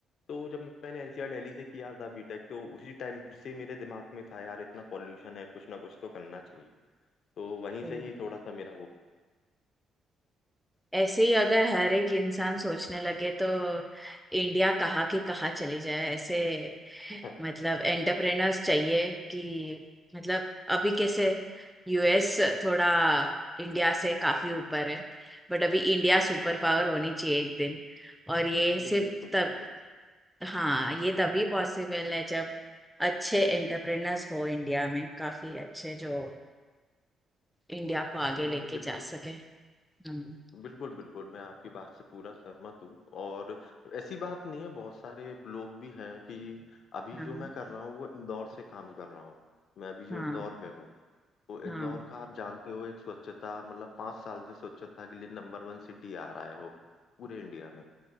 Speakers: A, on the left; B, in the centre.
A: तो जब मैंने एनसीआर दिल्ली से किया था बीटेक तो उसी टाइम से मेरे दिमाग में था यार इतना पॉल्यूशन है कुछ ना कुछ तो करना चाहिए तो वहीं
B: तो
A: से ही थोड़ा सा मेरा वो
B: ऐसे ही अगर हर एक इंसान सोचने लगे तो इंडिया कहाँ की कहाँ चली जाए ऐसे
A: <laughs>
B: मतलब एंटरप्रेनर्स चाहिए कि मतलब अभी कैसे यूएस थोड़ा इंडिया से काफी ऊपर है बट अभी इंडिया सुपर पावर होनी चाहिए एक दिन और ये
A: नहीं
B: सिर्फ
A: बिल्कुल
B: तब
A: बिल्कुल
B: हाँ ये तभी पॉसिबल है जब अच्छे एंटरप्रेनर्स हो इंडिया में काफी अच्छे जो इंडिया को आगे
A: नहीं
B: लेके
A: बिल्कुल
B: जा सके हम्म,
A: बिल्कुल बिल्कुल मैं आपकी बात से पूरा सहमत हूँ और ऐसी बात नहीं है बहुत सारे लोग भी हैं कि अभी
B: हाँ
A: जो मैं कर रहा हूँ वो इंदौर से काम कर रहा हूँ मैं अभी जो
B: हाँ
A: इंदौर में हूँ तो
B: हाँ
A: इंदौर का आप जानते हो एक स्वच्छता मतलब पाँच साल से स्वच्छता के लिए नंबर वन सिटी आ रहा है वो पूरे इंडिया में